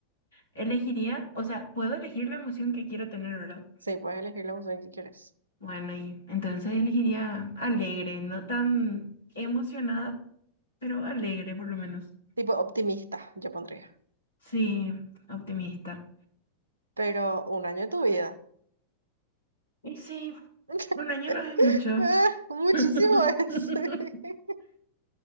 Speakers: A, on the left; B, on the right.
A: elegiría, o sea, puedo elegir la emoción que quiero tener, ¿verdad?
B: sí, puedes elegir la emoción que quieres.
A: Bueno, y entonces elegiría alegre, no tan emocionada, pero alegre por lo menos.
B: Tipo optimista, yo pondría.
A: Sí, optimista.
B: Pero un año de tu vida.
A: Y sí,
B: <laughs>
A: un año no es mucho.
B: Ah, Muchísimo
A: <laughs>
B: es. <laughs>